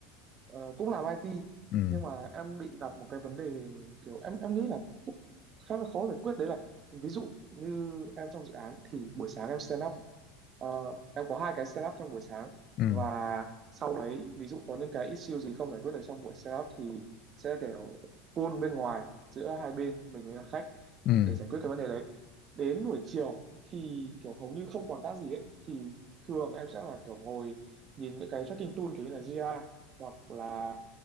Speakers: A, on the right; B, on the left.
A: Ờ, cũng làm IT
B: ừ
A: nhưng mà em bị gặp một cái vấn đề kiểu em em nghĩ là cũng khá là khó giải quyết đấy là ví dụ như em trong dự án thì buổi sáng em stand up Ờ, em có hai cái stand up trong buổi sáng
B: ừ
A: và sau đấy ví dụ có những cái issue gì không giải quyết được trong buổi stand up thì sẽ kiểu call bên ngoài giữa hai bên mình với cả khách
B: ừ
A: để giải quyết cái vấn đề đấy đến buổi chiều thì kiểu hầu như không còn tác gì ấy thì thường em sẽ là kiểu ngồi nhìn những cái tracking tool kiểu như là GR hoặc là